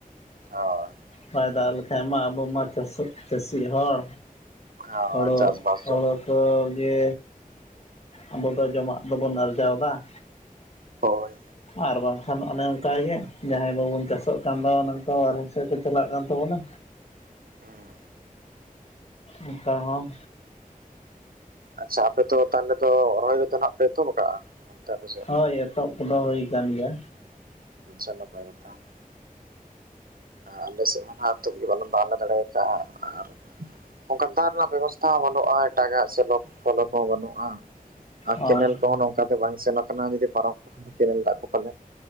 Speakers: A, on the right; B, on the left.
A: ᱦᱳᱭ
B: ᱵᱟᱭ ᱫᱟᱜ ᱞᱮᱠᱷᱟᱡ ᱢᱟ ᱟᱵᱚ ᱢᱟ ᱪᱟᱹ ᱪᱟᱹᱥᱤ ᱦᱚᱲ
A: ᱦᱳᱭ
B: ᱦᱳᱲᱚ
A: ᱪᱟᱥᱵᱟᱥ
B: ᱦᱚ
A: ᱡᱮᱢᱚᱱ
B: ᱡᱚᱛᱚ ᱜᱮ ᱟᱵᱚ ᱫᱚ ᱡᱚᱢᱟᱜ ᱫᱚᱵᱚᱱ ᱟᱨᱡᱟᱣ ᱮᱫᱟᱺ
A: ᱦᱳᱭ
B: ᱟᱨ ᱵᱟᱝᱠᱷᱟᱱ ᱚᱱᱮ ᱚᱱᱠᱟᱜᱮ ᱡᱟᱦᱟᱸᱭ ᱵᱟᱵᱚᱱ ᱪᱟᱥᱚᱜ ᱠᱟᱱ ᱫᱚ ᱚᱱᱮ ᱚᱱᱠᱟ ᱵᱟᱨᱦᱮ ᱥᱮᱫ ᱠᱚ ᱪᱟᱞᱟᱜ ᱠᱟᱱ ᱛᱟᱵᱚᱱᱟ᱾
A: ᱦᱩᱸ
B: ᱚᱱᱠᱟ ᱦᱚᱸ
A: ᱟᱪᱪᱷᱟ ᱟᱯᱮ ᱛᱚ ᱛᱟᱦᱚᱞᱮ ᱫᱚ ᱨᱚᱦᱚᱭ ᱨᱮᱫᱚ ᱱᱟᱜ ᱯᱮ ᱮᱛᱚᱦᱚᱵ ᱟᱠᱟᱜᱼᱟ ᱚᱱᱛᱮ? ᱥᱮᱫ
B: ᱦᱳᱭ ᱮᱛᱚᱦᱚᱵ ᱠᱚᱫᱚ ᱦᱳᱭ ᱟᱠᱟᱱ ᱜᱮᱭᱟ᱾
A: ᱟᱪᱪᱷᱟ ᱱᱟᱯᱟᱭ ᱠᱟᱛᱷᱟ ᱾ ᱟᱞᱮ ᱥᱮᱫ ᱢᱟ ᱟᱹᱛᱩ ᱜᱮ ᱵᱟᱞᱚᱱ ᱵᱟᱞᱮ ᱫᱟᱲᱮ ᱠᱟᱜᱼᱟ ᱟᱨ ᱚᱱᱠᱟᱱ ᱫᱟᱜ ᱨᱮᱱᱟᱜ ᱵᱮᱵᱚᱥᱛᱷᱟ ᱦᱚᱸ ᱵᱟᱹᱱᱩᱜᱼᱟ, ᱮᱴᱟᱜᱟᱜ ᱥᱮᱞᱳ ᱯᱷᱮᱞᱚ ᱠᱚᱦᱚᱸ ᱵᱟᱹᱱᱩᱜᱼᱟ᱾ ᱟᱨ
B: ᱦᱳᱭ
A: ᱠᱮᱱᱮᱞ ᱠᱚᱦᱚᱸ ᱱᱚᱝᱠᱟ ᱫᱚ ᱵᱟᱝ ᱥᱮᱱ ᱟᱠᱟᱱᱟ ᱡᱩᱫᱤ ᱯᱟᱨᱚᱢ ᱠᱮᱱᱮᱞ ᱫᱟᱜ ᱠᱚ ᱯᱟᱞᱮ